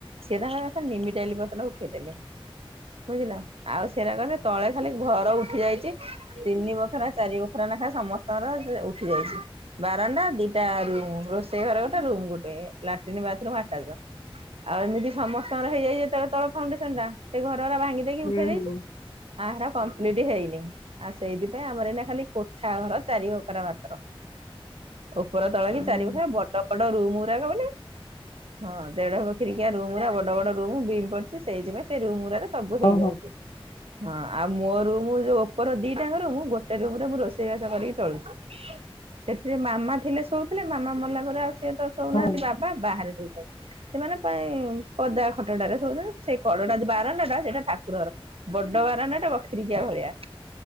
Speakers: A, on the right; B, on the left.
A: ସିଏ ତାଙ୍କର ଲମିଟାଇଲି ପତ୍ର ଉଠେଇଦେଲେ। ବୁଝିଲ ଆଉ ସେରାକରେ ତଳେ ଖାଲି ଘର ଉଠି ଯାଇଚି ତିନି ବଖରା ଚାରି ବଖରା ନାଖା ସମସ୍ତଙ୍କର ସେ ଉଠିଯାଇଚି। ବାରଣ୍ଡା ଦିଇଟା ରୁମୁ ରୋଷେଇ ଘରେ ଗୋଟେ ରୁମ୍ ଗୋଟେ ଲାଟିନ୍ ବାଥରୁମ୍ ଆଟାଚ। ଆଉ ଏମିତି ସମସ୍ତଙ୍କର ହେଇଯାଇଚି ଯେତଳେ ତଳ ଫାଉଣ୍ଡେସନଟା ସେ ଘରରା ଭାଙ୍ଗି ଦେଇକି
B: ହୁଁ
A: ଉଠେଇ ଦେଇଚୁ
B: ହୁଁ
A: ଆଉ ହେରା କମ୍ପ୍ଲିଟ ହେଇନି ଆଉ ସେଇଥିପାଇଁ ଆମର ଏଇନା ଖାଲି କୋଠା ଘର ଚାରି ବଖରା ମାତ୍ର। ଓପର ତଳ କି
B: ହୁଁ
A: ଚାରି ବଖରା ବ ବଡ ରୁମୁରାକ ବୋଲି ହଁ ଦେଢ ବଖିରିକିଆ ରୁମୁରା ବ ବଡ ବଡ ରୁମୁ ବିମ୍ ପଡଚି ସେଇଥିପାଇଁ ସେଇ ରୁମ ଗୁରାରେ ସବୁ ହେଇଯାଉଚି
B: ଓହୋ
A: ହଁ। ଆଉ ମୋ ରୁମୁ ଯୋଉ ଓପର ଦିଇଟା ଆଙ୍କ ରୁମୁ ଗୋଟେ ରୁମରେ ମୁଁ ରୋଷେଇବାସ କରିକି ଚଳୁଚି। ସେଥିରେ ମାମା ଥିଲେ ଶୋଉଥୁଲେ ମାମା ମଲା ପରେ ଆଉ ସିଏ ତ ଶୋଉନାହାନ୍ତି
B: ଓହୋ
A: ବାବା ବାହାରେ ଶୋଉଚନ୍ତି ସେମାନେ ପାଇଁ ପଦା ଖଟଟାରେ ଶୋଉଚନ୍ତି ସେଇ କଡଟା ବାରଣ୍ଡାଟା ସେଇଟା ଠାକୁର ଘର। ବଡ ବାରଣ୍ଡାଟା ବଖିରିକିଆ ଭଳିଆ।